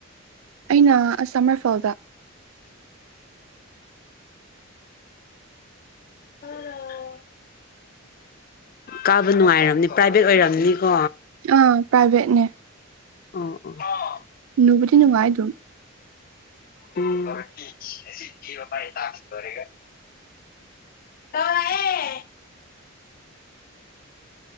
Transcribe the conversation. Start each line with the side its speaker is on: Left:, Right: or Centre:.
Right: ꯑꯩꯅ ꯁꯃꯔꯐꯥꯎꯗ
Left: ꯑꯣ ꯀꯥꯕ ꯅꯨꯡꯉꯥꯏꯔꯝꯅꯤ ꯄ꯭ꯔꯥꯏꯚꯦꯠ ꯑꯣꯏꯔꯕꯝꯅꯤꯀꯣ
Right: ꯑꯥ ꯄ꯭ꯔꯥꯏꯚꯦꯠꯅꯦ
Left: ꯎ ꯑꯣ
Right: ꯅꯨꯕꯗꯤ ꯅꯨꯡꯉꯥꯏ ꯑꯗꯨꯝ
Left: <unintelligible> ꯇ ꯑꯦꯌꯦ